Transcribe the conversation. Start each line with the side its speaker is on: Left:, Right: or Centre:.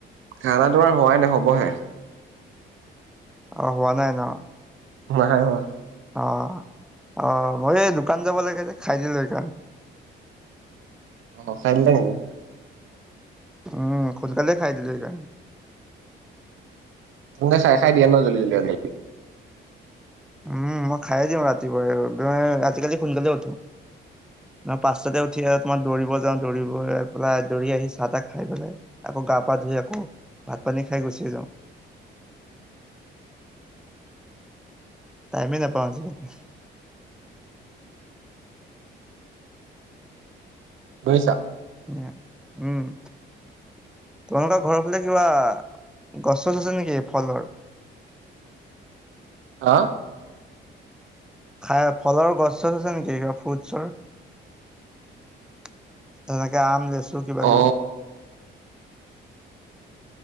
Right: খানা তোমাৰ হোৱাই নাই হ'বহে।
Centre: অ' হোৱা নাই ন'।
Right: নাই হোৱা।
Centre: অ, অ' মই এই দোকান যাব লাগে যে খাই দিলো সেই কাৰণে।
Right: অ' খাই দিলে নেকি?
Centre: উম, খোনকালে খাই দিলো এইকাৰণে।
Right: তুমিতো খাই খাই দিয়া ন' জল্দি আজিকালি।
Centre: উম, মই খায়ে দিও ৰাতিপুৱাই আজিকালি। সোনকালে উঠো পাঁচটাতে উঠি আহ তোমাৰ দৌৰিব যাওঁ। দৌৰিব পেলাই দৌৰি আহি চাহ-তাহ খাই পেলাই আকৌ গা-পা ধুই আকৌ ভাত-পানী খাই গুচিয়ে যাওঁ। টাইমেই নোপাওঁ আজিকালি।
Right: গৈছা।
Centre: উম, তোমালোকৰ ঘৰৰ ফালে কিবা গছ আছে নেকি ফলৰ।
Right: অঁ?
Centre: খায় ফলৰ গছ চছ আছে নেকি কিবা ফ্ৰুটছৰ? তেনেকে আম লেচু চু কিবা
Right: অ
Centre: কিবি?